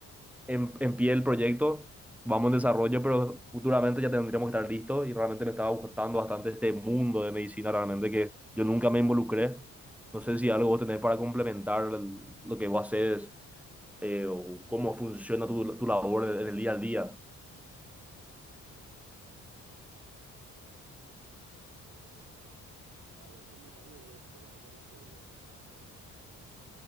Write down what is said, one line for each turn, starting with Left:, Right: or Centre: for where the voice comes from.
Centre: en, en pie el proyecto, vamos en desarrollo, pero futuramente ya tendríamos que estar listos y realmente me estaba gustando bastante este mundo de medicina, realmente que yo nunca me involucré. No sé si algo vos tenés para complementar el- lo que vos haces eh, o cómo funciona tu, tu labor en el día al día.
Right: Ok, bueno. Mi labor como tal es velar por la seguridad de los trabajadores.